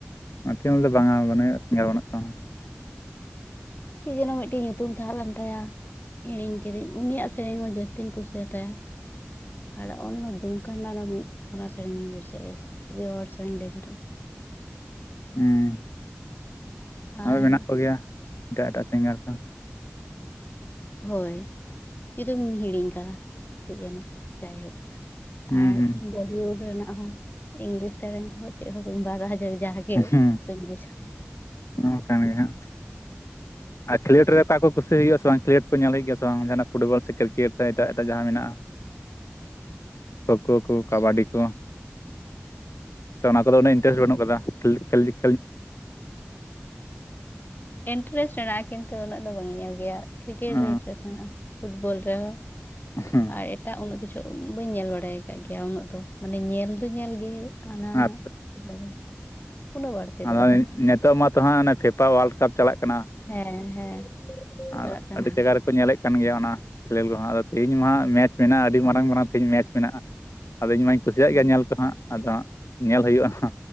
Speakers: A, on the left; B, on the left.
A: ᱱᱚᱛᱮ ᱧᱮᱞ ᱫᱚ ᱵᱟᱝᱟ ᱵᱟᱱᱩᱭᱼᱟ ᱵᱟᱹᱱᱩᱜ ᱛᱟᱭᱟ
B: ᱪᱮᱫ ᱡᱮᱱᱚ ᱢᱤᱫᱴᱮᱡ ᱧᱩᱛᱩᱢ ᱛᱟᱦᱮᱸ ᱞᱮᱱ ᱛᱟᱭᱟ ᱦᱤᱲᱤᱧ ᱠᱤᱫᱟᱹᱧ ᱩᱱᱤᱭᱟᱜ ᱥᱮᱨᱮᱧ ᱦᱚᱸ ᱡᱟᱹᱥᱛᱤᱧ ᱠᱩᱥᱤᱭᱟᱛᱟᱭᱟ ᱟᱨ ᱚᱱ ᱫᱩᱢᱠᱟ ᱨᱮᱱᱟᱜ ᱚᱱᱟ ᱥᱮᱨᱮᱧ ᱜᱤᱧ ᱠᱩᱥᱤᱭᱟᱜᱼᱟ ᱡᱟᱹᱥᱛᱤ ᱡᱮ ᱦᱚᱲ ᱥᱮᱨᱮᱧ ᱞᱟᱹᱭᱠᱷᱟᱱ <inaudible>
A: ᱦᱮᱸ ᱟᱨᱦᱚ
B: ᱟᱨ
A: ᱢᱮᱱᱟᱜ ᱠᱚᱜᱮᱭᱟ ᱮᱴᱟᱜ ᱮᱴᱟᱜ ᱥᱤᱝᱜᱟᱨ ᱠᱚ
B: ᱦᱳᱭ ᱡᱩᱫᱤᱢ ᱦᱤᱲᱤᱧ ᱠᱟᱫᱟ ᱪᱮᱫ ᱡᱮᱱᱚ ᱡᱟᱭᱦᱳᱠ
A: ᱦᱩᱸ
B: ᱟᱨ
A: ᱦᱩᱸ
B: ᱵᱚᱞᱤᱭᱩᱰ ᱨᱮᱱᱟᱜ ᱦᱚᱸ ᱤᱝᱞᱤᱥ ᱥᱮᱨᱮᱧ ᱠᱚᱦᱚᱸ ᱪᱮᱫ ᱦᱚᱸ ᱵᱟᱹᱧ ᱵᱟᱫᱷᱟᱭᱟ ᱡᱮ ᱡᱟᱦᱟᱹ ᱜᱮ
A: ᱦᱩᱸ
B: ᱠᱩᱥᱤᱧ ᱵᱩᱪᱟ
A: ᱚᱱᱠᱟᱱ ᱜᱮ ᱦᱟᱸᱜ ᱟᱨ ᱠᱷᱮᱞᱳᱰ ᱨᱮ ᱚᱠᱟ ᱠᱚ ᱠᱩᱥᱤ ᱦᱩᱭᱩᱜᱼᱟ ᱥᱮ <inaudible> ᱠᱷᱮᱞᱳᱰ ᱠᱚ ᱧᱮᱞ ᱦᱩᱭᱩᱜ ᱜᱮᱭᱟ ᱥᱮ ᱵᱟᱝ ᱡᱟᱦᱱᱟᱜ ᱯᱷᱩᱴᱵᱚᱞ ᱥᱮ ᱠᱨᱤᱠᱮᱴ ᱥᱮ ᱮᱴᱟᱜ ᱮᱴᱟᱜ ᱡᱟᱦᱟᱸ ᱢᱮᱱᱟᱜᱼᱟ ᱠᱷᱳᱸ ᱠᱷᱳᱸ ᱠᱚ ᱠᱟᱵᱟᱰᱤ ᱠᱚ ᱥᱮ ᱚᱱᱟ ᱠᱚᱫᱚ ᱩᱱᱟᱹᱜ ᱤᱱᱴᱟᱨᱮᱥᱴ ᱵᱟᱹᱱᱩᱜ ᱠᱟᱫᱟ ᱠᱷᱟᱞᱤ ᱠᱷᱟᱞᱤ
B: ᱤᱱᱴᱟᱨᱮᱥᱴ ᱢᱮᱱᱟᱜ-ᱟ ᱠᱤᱱᱛᱩ ᱩᱱᱟᱹᱜ ᱫᱚ ᱵᱟᱝ ᱤᱧ ᱧᱮᱞ ᱜᱮᱭᱟ ᱠᱨᱤᱠᱮᱴ ᱨᱮ
A: ᱚ
B: ᱤᱱᱴᱟᱨᱮᱥᱴ ᱢᱮᱱᱟᱜᱼᱟ ᱯᱷᱩᱴᱵᱚᱞ ᱨᱮᱦᱚᱸ
A: ᱦᱩᱸ
B: ᱟᱨ ᱮᱴᱟᱜ ᱩᱱᱟᱹᱜ ᱠᱤᱪᱷᱩ ᱛᱚ ᱵᱟᱹᱧ ᱧᱮᱞ ᱵᱟᱲᱟᱭ ᱟᱠᱟᱫ ᱜᱮᱭᱟ ᱩᱱᱟᱹᱜ ᱫᱚ ᱢᱟᱱᱮ ᱧᱮᱞ ᱫᱚ ᱧᱮᱞ ᱜᱮ ᱟᱱᱟ
A: ᱟᱨ
B: ᱪᱮᱫ ᱵᱚᱞᱮ ᱩᱱᱟᱹᱜ ᱵᱟᱹᱲᱛᱤ
A: ᱟᱫᱚ
B: ᱫᱚ ᱵᱟᱝ
A: ᱱᱤᱛᱚᱜ ᱢᱟᱛᱚ ᱦᱟᱸᱜ ᱚᱱᱟ ᱯᱷᱮᱯᱟ ᱚᱣᱟᱞᱰ ᱨᱟᱠᱟᱵ ᱪᱟᱞᱟᱜ ᱠᱟᱱᱟ
B: ᱦᱮᱸ ᱦᱮᱸ
A: ᱟᱨ
B: ᱪᱟᱞᱟᱜ ᱠᱟᱱᱟ
A: ᱟᱹᱰᱤ ᱡᱟᱭᱜᱟ ᱨᱮᱠᱚ ᱧᱮᱞᱮᱫ ᱠᱟᱱ ᱜᱮᱭᱟ ᱚᱱᱟ ᱠᱷᱮᱞᱮᱞ ᱨᱮᱦᱚ ᱟᱫᱚ ᱛᱮᱦᱤᱧ ᱢᱟ ᱦᱟᱸᱜ ᱢᱮᱪ ᱢᱮᱱᱟᱜᱼᱟ ᱟᱹᱰᱤ ᱢᱟᱨᱟᱝ ᱢᱟᱨᱟᱝ ᱛᱮᱦᱮᱧ ᱢᱮᱪ ᱢᱮᱱᱟᱜᱼᱟ ᱟᱫᱚ ᱤᱧ ᱢᱟᱧ ᱠᱩᱥᱤᱭᱟᱜ
B: ᱦᱳᱭ
A: ᱜᱮᱭᱟ ᱧᱮᱞ ᱠᱚᱦᱚᱸ ᱦᱟᱸᱜ ᱟᱫᱚ ᱧᱮᱞ ᱦᱩᱭᱩᱜᱼᱟ